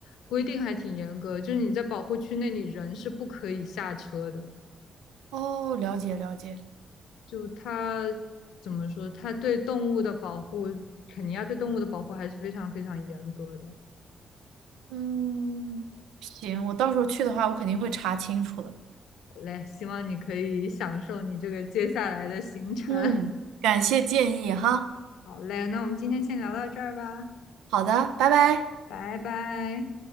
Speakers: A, on the left (about 80°); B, on the right (about 85°).
A: 规定还挺严格，就是你在保护区内你人是不可以下车的。
B: 哦，了解了解。
A: 就它怎么说，它对动物的保护，肯尼亚对动物的保护还是非常非常严格的。
B: 嗯，行，我到时候去的话，我肯定会查清楚的。
A: 好嘞，希望你可以享受你这个接下来的行程。
B: 嗯，
A: <laughs>
B: 感谢建议哈。
A: 好嘞，那我们今天先聊到这儿吧，
B: 好的，拜拜。
A: 拜拜。